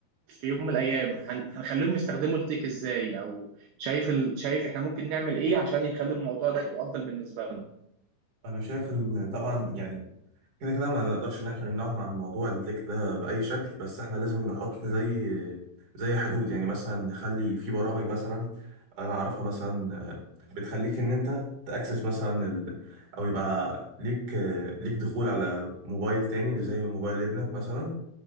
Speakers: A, on the right; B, on the right.
A: في يوم من الايام هن... هنخليهم يستخدموا التيك ازاي او شايف ال... شايف احنا ممكن نعمل ايه عشان يخلي الموضوع ده يبقى افضل بالنسبه لنا
B: انا شايف ان طبعا يعني كده كده ما نقدرش ان احنا نمنعهم عن موضوع التك ده باي شكل بس احنا لازم نحط زي زي حدود يعني مثلا نخلي في برامج مثلا انا اعرفها مثلا آه، بتخليك ان انت تاكسس مثلا ال... او يبقى ليك آه، ليك دخول على موبايل تاني زي موبايل ابنك مثلا ان